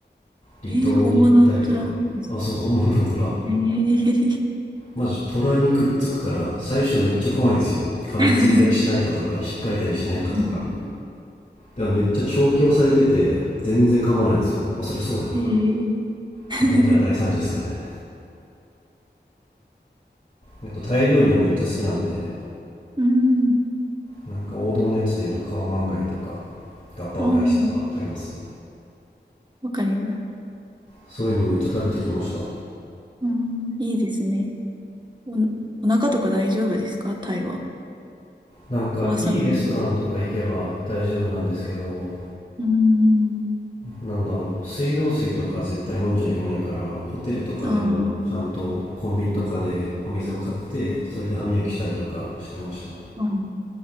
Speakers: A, on the left; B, on the right.
A: 離島に行ったりとか。
B: えー、本物の虎ですか
A: あ、そう、本物の虎。
B: えー、
A: まず虎にくっつくから最初めっちゃ怖いんですよ。噛みついたりしないかとか、
B: <laughs>
A: 引っかいたりしないかとか。
B: うん
A: でもめっちゃ調教されてて、全然噛まないんですよ。まあそりゃそうだよな。
B: えー、<laughs>
A: 噛まれたら大惨事ですからね。えっと、タイ料理はめっちゃ好きなんで、
B: うん。
A: なんか王道のやつで言うとカオマンガイとか、ガッパオライスとかあります。
B: あーわかります。
A: そういうのめっちゃ食べてきました。
B: うん、いいですね。お、お腹とか大丈夫ですかタイは。
A: なんかいいレストランとか行けば大丈夫なんですけど、
B: 壊さないですかうーん。
A: なんだろう、水道水とか絶対飲んじゃいけないから、ホテルとかでもちゃんとコンビニとかでお水を買って、
B: ああ、
A: それで歯磨きしたりとかしてました。
B: うん。